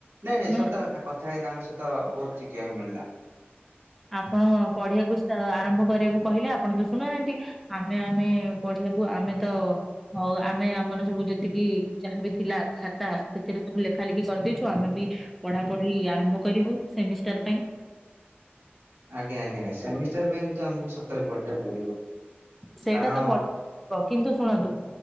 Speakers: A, on the right; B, in the centre.
A: ନାଇଁ ନାଇଁ
B: ନା
A: ସତ କଥା କଥା ହେଇ ତାଙ୍କ ସହିତ ବହୁତ ଶିଖିବାକୁ ମିଳିଲା।
B: ଆପଣ ପଢ଼ୀଆକୁ ଆରମ୍ଭ କରିବାକୁ କହିଲେ ଆପଣ ତ ଶୁଣୁନାହାନ୍ତି। ଆମେ ଆମେ ପଢଆବୁ ଆମେ ତ ଆମେ ଆମର ସବୁ ଯେତିକି ଯାହାବି ଥିଲା ଖାତା ସେଥିରେ ସବୁ ଲେଖା ଲେଖି କରିଦେବି। ଆମେ ବି ପଢା ପଢି ଆରମ୍ଭ କରିବୁ ସେମିଷ୍ଟାର ପାଇଁ।
A: ଆଜ୍ଞା ଆଜ୍ଞା ସେମିଷ୍ଟାର ପାଇଁ କିନ୍ତୁ ଆମକୁ ସତରେ ପଢିବାକୁ ପଡିବ।
B: ସେଇଟା
A: କାରଣ
B: ତ ପ ହ କିନ୍ତୁ ଶୁଣନ୍ତୁ।